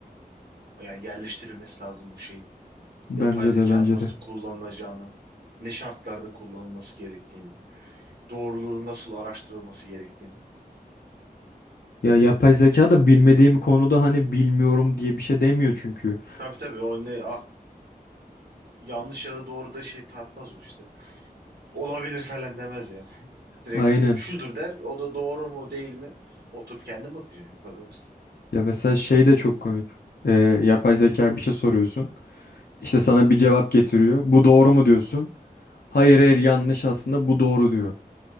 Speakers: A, on the right; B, on the left.
A: yani yerleştirilmesi lazım bu şeyin
B: Bence
A: yapay zekanın
B: de bence
A: nasıl
B: de.
A: kullanılacağını, ne şartlarda kullanılması gerektiğini, doğruluğu nasıl araştırılması gerektiğini.
B: Ya yapay zeka da bilmediğim konuda hani bilmiyorum diye bir şey demiyor çünkü.
A: Tabii tabii o ne ah, yanlış ya da doğru da şey tartmaz o işte. Olabilir falan demez yani. Direkt
B: Aynen.
A: şudur der o da doğru mu değil mi oturup kendim bakacağım bu kadar basit.
B: Ya mesela şey de çok komik. Ee, yapay zeka bir şey soruyorsun. İşte sana bir cevap getiriyor. Bu doğru mu diyorsun? Hayır hayır yanlış aslında bu doğru diyor.